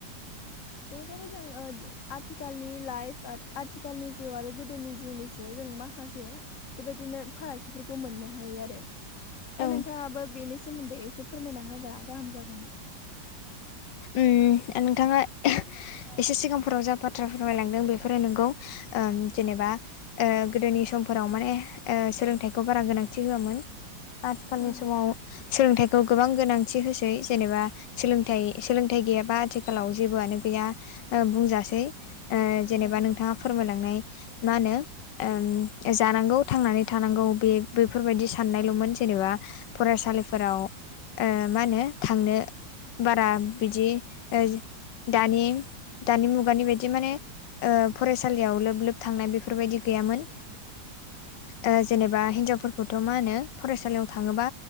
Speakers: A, on the left; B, on the left.
A: बेनिखायनो जों ओ आथिखालनि लाइफ आ आथिखालनि जिउ आरो गोदोनि जिउनि याव जों माखासे बेबायदिनो फारागथिफोरखौ मोननो हायो आरो दा
B: उम
A: नोंथाङाबो बेनि सोमोन्दै एसे फोरमायना होबा गाहाम जागौमोन।
B: उम नोंथाङा एसे सिगांफोराव जाबाद बाथ्रा फोरमायलांदों बेफोरो नोंगौ। ओ जेनेबा ओ गोदोनि समफोराव माने ओ सोलोंथाइखौ बारा गोनांथि होआमोन। आथिखालनि
A: औ
B: समाव सोलोंथाइखौ गोबां गोनांथि होसै जेनेबा सोलोंथाइ सोलोंथाइ गैयाबा आथिखालाव जेबोआनो गैया ओ बुंजासै ओ जेनेबा
A: औ
B: नोंथाङा फोरमायलांनाय मा होनो ओं जानांगौ थांनानै थानांगौ बे बैफोरबायदि साननायल'मोन जेनेबा फरायसालिफोराव ओ मा होनो थांनो बारा बिदि ऐ दानि दानि मुगानि बायदि माने ओ फरायसालियाव लोब लोब थांनाय बेफोरबायदि गैयामोन
A: गामोन
B: ओ जेनेबा हिनजावफोरखौथ' मा होनो फरायसालियाव थाङोबा